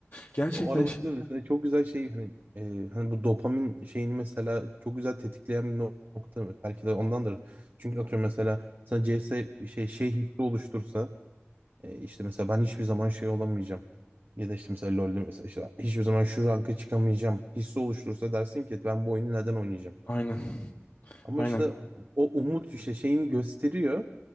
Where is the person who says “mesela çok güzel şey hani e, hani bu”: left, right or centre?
Right